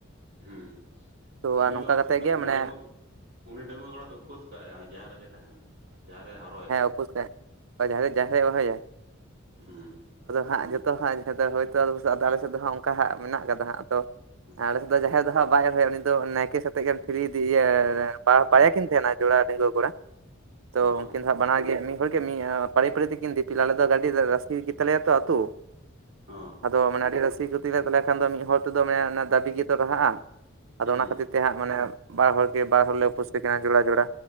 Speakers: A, on the right; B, on the right.
A: ᱦᱮ
B: ᱛᱚ
A: ᱩᱱᱤ
B: ᱟᱨ ᱱᱚᱝᱠᱟ
A: ᱫᱚ
B: ᱠᱟᱛᱮᱜ ᱜᱮ ᱢᱟᱱᱮ
A: ᱰᱟᱺᱝᱣᱟᱹ ᱠᱩᱩᱣᱟᱹ ᱚᱲᱟᱟᱜ ᱫᱚ ᱩᱯᱟᱹᱥ ᱠᱟᱜᱼ ᱟᱭ ᱡᱟᱦᱟᱸᱟᱦᱮ ᱨᱮᱜᱮ ᱛᱟᱦᱮᱱᱟ ᱡᱟᱦᱮ ᱨᱮᱭ ᱦᱟᱨᱚᱭᱟ <inaudible>
B: ᱯᱥᱮ <inaudible> ᱭ <inaudible> ᱡᱨᱮ ᱡᱟᱦᱮᱨᱮᱮ ᱦᱚᱦᱚᱭᱟᱭᱭ
A: ᱦᱩᱸ
B: ᱦᱟᱸᱜ ᱡᱚᱛᱚ ᱦᱟᱸᱜᱭ ᱟᱫᱚ ᱟᱞᱮ ᱥᱮᱫ ᱫᱚ ᱦᱚᱸ ᱦᱟᱸᱜ ᱚᱱᱠᱟ ᱦᱟᱸᱜ ᱢᱮᱱᱟᱜ ᱠᱟᱫᱟ ᱦᱟᱸᱜ ᱛᱚ
A: ᱦᱩᱸ
B: ᱟᱞᱮᱥᱮᱫ ᱫᱚ ᱡᱟᱦᱮᱨ ᱫᱚ ᱦᱟᱸᱜ ᱵᱟᱭ ᱨᱦᱚᱭᱟ ᱩᱱᱤ ᱫᱚ ᱱᱟᱭᱠᱮ ᱥᱟᱛᱮᱜ ᱜᱮ ᱯᱷᱤᱨᱤᱤᱭ ᱤᱭᱟᱹ ᱯᱟᱭᱟ ᱠᱤᱱ ᱛᱟᱦᱮᱱᱟ ᱡᱳᱲᱟ ᱰᱟᱺᱝᱜᱽᱣᱟᱹ ᱠᱚᱲᱟ ᱛᱚ
A: ᱚ
B: ᱩᱱᱠᱤᱱ ᱫᱚᱦᱸᱟᱜ ᱵᱟᱱᱟᱨᱜᱮ ᱢᱤᱫ ᱦᱚᱲ ᱜᱮ ᱢᱤᱫ ᱯᱟᱹᱨᱤ ᱯᱟᱹᱨᱤ ᱛᱮᱠᱤᱱ ᱫᱤᱯᱤᱞᱟ ᱟᱞᱮ ᱫᱚ ᱜᱟᱹᱰᱤ ᱨᱟᱥᱥᱤ ᱜᱮᱛᱟᱞᱮᱭᱟ ᱛᱚ ᱟᱛᱳ
A: ᱚ
B: ᱟᱫᱚ ᱢᱟᱱᱮ ᱟᱹᱰᱤ ᱨᱟᱹᱥᱠᱟ ᱜᱮᱛᱮᱟ ᱛᱟᱦᱚᱞᱮ ᱠᱷᱟᱱ ᱫᱚ ᱢᱤᱫ ᱦᱚᱲ ᱛᱮᱫᱚᱢ ᱚᱱᱟ ᱫᱟᱹᱵᱤ ᱜᱮᱛᱚ ᱵᱟᱦᱟᱜᱼᱟ ᱟᱫᱚ
A: ᱦᱩᱸ
B: ᱚᱱᱟ ᱠᱷᱟᱹᱛᱤᱨ
A: ᱦᱩᱸ
B: ᱛᱮ ᱦᱟᱸᱜ ᱢᱟᱱᱮ ᱵᱟᱨ ᱦᱚᱲ ᱜᱮ ᱵᱟᱨ ᱦᱚᱲᱞᱮ ᱩᱯᱟᱹᱥᱤ ᱠᱟᱱᱟ ᱡᱚᱲᱟ ᱡᱚᱲᱟ